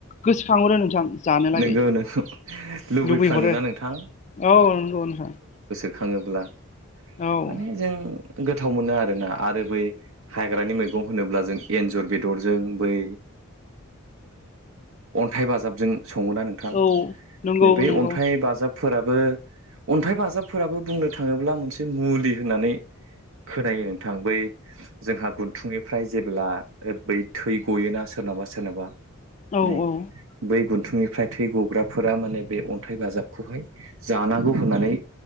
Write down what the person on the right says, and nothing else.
नोंगौ नों लुबैफ्राङोना
नोंथां
खाङोब्ला
माने जों गोथाव मोनो आरोना आरो बै हाग्रानि मैगं होनोब्ला जों एन्जर बेदरजों बै ओ अन्थाइ बाजाबजों सङोना नोंथां
नै बे
अन्थाइ बाजाब फोराबो अन्थाइ बाजाबफोराबो बुंनो थाङोब्ला मोनसे मुलि होननानै खोनायो नोंथां बै जोंहा गुनथुंनिफ्राय जेब्ला बै थै गयोना सो सोरनाबा सोरनाबा
नै
बै गुन्थुंनिफ्राय थै गग्राफोरा माने बे अन्थाइ बाजाबखौहाय जानांगौ होननानै